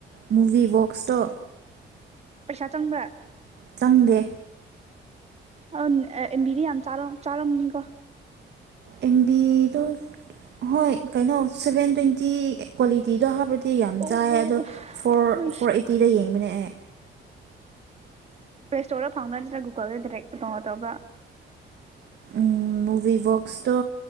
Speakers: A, on the right (about 60°); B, on the right (about 35°).
A: ꯃꯨꯚꯤ ꯕꯣꯛꯁꯇꯣ
B: ꯄꯩꯁꯥ ꯆꯪꯕ꯭ꯔꯥ
A: ꯆꯪꯗꯦ
B: <unintelligible> ꯌꯥꯝ ꯆꯥꯔꯝꯅꯤꯀꯣ
A: ꯑꯦꯝꯕꯤꯗꯣ ꯍꯣꯏ ꯀꯩꯅꯣ ꯁꯚꯦꯟ ꯇ꯭ꯋꯦꯟꯇꯤ ꯀ꯭ꯋꯥꯂꯤꯇꯤꯗꯣ ꯍꯥꯞꯂ <unintelligible> ꯌꯥꯝ
B: ꯑꯣ
A: ꯆꯥꯏ ꯑꯗꯣ ꯐꯣꯔ
B: ꯄ꯭ꯂꯦ
A: ꯐꯣꯔ ꯑꯩꯇꯤꯗ ꯌꯦꯡꯕꯅꯦ ꯑꯩ
B: ꯄ꯭ꯂꯦ ꯁꯇꯣꯔꯗ ꯐꯪꯕ꯭ꯔꯥ ꯅꯠꯇ꯭ꯔꯒ ꯒꯨꯒꯜꯗ ꯗꯥꯏꯔꯦꯛ <unintelligible> ꯇꯧꯕ꯭ꯔꯥ
A: ꯎꯝ ꯚꯤꯚꯣꯛꯁꯇꯣ